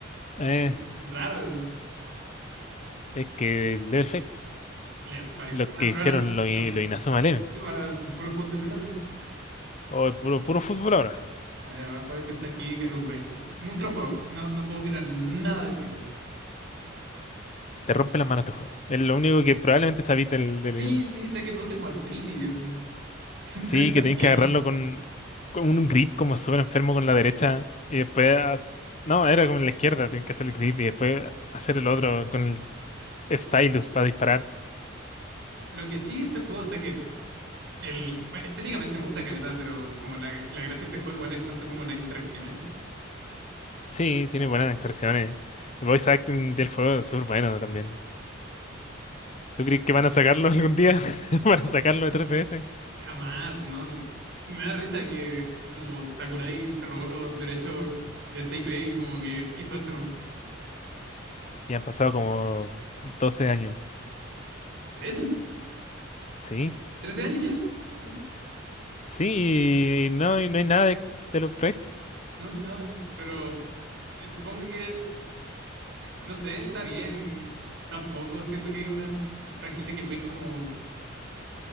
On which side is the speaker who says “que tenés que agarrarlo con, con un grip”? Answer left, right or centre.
Left